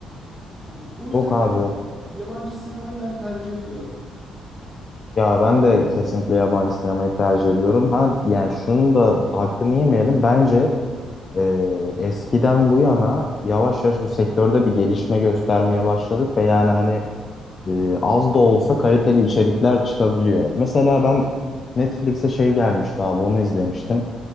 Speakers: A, in the centre; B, on the left.
A: Yani o yüzden
B: Yok abi
A: yab-
B: yok.
A: yabancı sinemayı ben tercih ediyorum.
B: Ya ben de kesinlikle yabancı sinemayı tercih ediyorum. Ha yani şunu da hakkını yemeyelim. Bence e, eskiden bu yana yavaş yavaş bu sektörde bir gelişme göstermeye başladık ve yani hani e, az da olsa kaliteli içerikler çıkabiliyor. Mesela ben Netflix'e şey gelmişti abi onu izlemiştim.